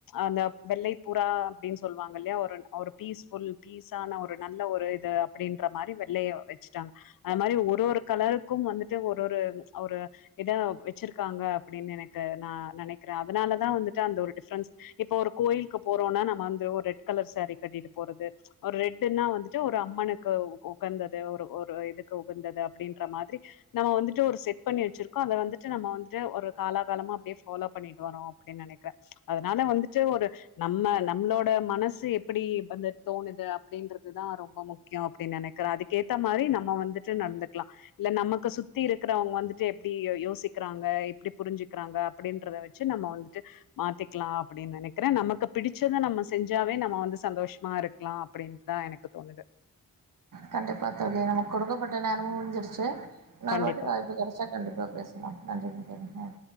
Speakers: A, on the left (about 70°); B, on the right (about 65°).
A: அந்த வெள்ளை புரா அப்டின்னு சொல்லுவாங்க இல்லயா ஒரு பீஸ்ஃபுல் பி இசான ஒரு நல்ல ஒரு இது அப்டின்ற மாரி வெள்ளைய வச்சுட்டாங்க அது மாரி ஒரு ஒரு கலருக்கும் வந்துட்டு ஒரு ஒரு ஒரு இதா வச்சிருக்காங்க அப்டின்னு எனக்கு நா நெனைக்கிறே அதனாலதா வந்துட்டு அந்த ஒரு டிஃப்ரென்ஸ் இப்ப ஒரு கோயிலுக்கு போறோனா நம்ம வந்து ஒரு ரெட் கலர் சேரி கட்டிட்டு போறது ஒரு ரெட்டுன்னா வந்துட்டு ஒரு அம்மனுக்கு உகந்தது ஒரு ஒரு இதுக்கு உகந்தது அப்படின்ற மாதிரி நம்ம வந்துட்டு ஒரு செட் பண்ணி வச்சுருக்கோ அத வந்துட்டு நம்ம வந்துட்டு ஒரு காலாகாலமா அப்டியே ஃபாலோ பண்ணிட்டு வரோ அப்டின் நெனைக்கிறே அதனால வந்துட்டு ஒரு நம்ம நம்ளோட மனசு எப்புடி வந்து தோணுது அப்டின்றதுதா ரொம்ப முக் கியோ அப்டின் நெனைக்கிறே அதுக்கேத்த மாரி நம்ம வந்துட்டு நடந்துக்லா இல்ல நமக்கு சுத்தி இருக்கறவங்க வந்துட்டு எப்டி யோசிக்கிறாங்க எப்டி புரிஞ்சுக்கிறாங்க அப்டின்றத வச்சு நம்ம வந்துட்டு மாத்திக்லா அப்டின் நெனைக்கிறே நமக்கு பிடிச்சத நம்ம செஞ்சாவே நம்ம வந்து சந்தோஷமா இருக்லா அப்டின்னுதா எனக்கு தோணுது
B: கண்டிப்பா தோழி நமக்கு கொடுக்கப்பட்ட நேரமு முடிஞ்சிருச்சு இன்னொரு
A: கண்டிப்பா
B: வாட்டி வாய்ப்பு கெடைச்சா கண்டிப்பா பேசலா நன்றி மக்களே அ